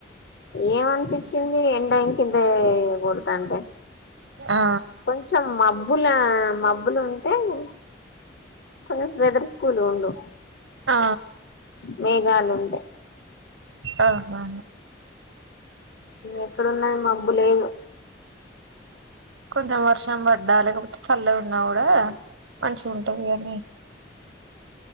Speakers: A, on the left; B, on the right.
A: ఏమనిపిచ్చింది ఎండ ఇంకింతే గొడతాంటె
B: ఆ
A: కొంచెం మబ్బులా మబ్బులుంటే ఉ <unintelligible> వెదర్ కూలుగుండు
B: ఆ
A: మేఘాలుంటె
B: అఆహ
A: ఎక్కడున్నాయ్ మబ్బు లేదు
B: కొంచెం వర్షం బడ్డా లేకపోతే చల్లగున్నా గూడా మంచి ఉంటది గాని